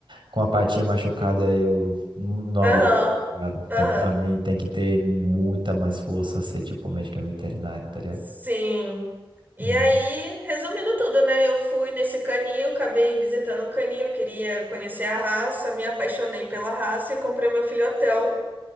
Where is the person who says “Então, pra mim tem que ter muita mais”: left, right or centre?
Right